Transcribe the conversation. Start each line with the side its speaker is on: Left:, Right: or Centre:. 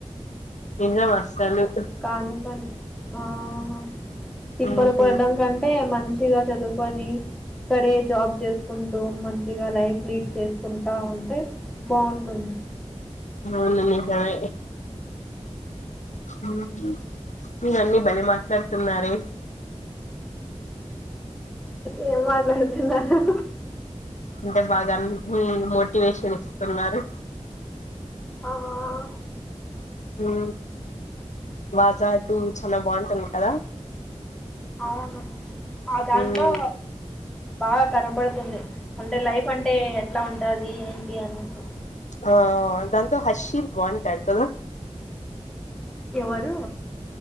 Left: నిజమస్సలు
Centre: కనుకోండి ఆ తిప్పలు
Left: ఉమ్
Centre: పడ్డం కంటే మం చ్చిగ చదువుకొని ఇక్కడే జాబ్ జేస్కుంటూ మంచిగా లైఫ్ లీడ్ చేస్కుంటా ఉంటే బావుంటుంది
Left: అవును నిజమే ఆ మీరన్నీ భలే మాట్లాడుతున్నారే
Centre: ఏం మాట్లాడుతున్నాను
Left: అంటెఐ బాగా అన్నీ మోటివేషన్ ఇస్తున్నారు
Centre: ఆహా
Left: ఊ వాజా టూ చలా బావుంటుంది కదా
Centre: అవును ఆ దాంట్లో
Left: ఉమ్
Centre: బాగా కనపడుతుంది అంటే లైఫ్ అంటే ఎట్లా ఉంటాది ఏంటి అనేసి
Left: ఆ దాంతో హర్షీ ది బ్వాంటది కదా
Centre: ఎవ్వరు